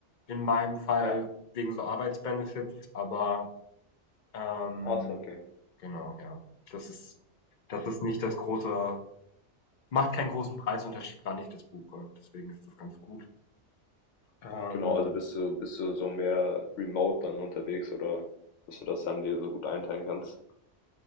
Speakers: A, on the left; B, on the left.
A: In meinem Fall
B: ja,
A: wegen so Arbeitsbenefits, aber, ähm,
B: ach so, okay.
A: genau, ja. Das ist das ist nicht das große macht keinen großen Preisunterschied, wann ich das buche. Deswegen ist das ganz gut. Ähm,
B: Genau, also bist du bist du so mehr remote dann unterwegs oder dass du das dann dir so gut einteilen kannst,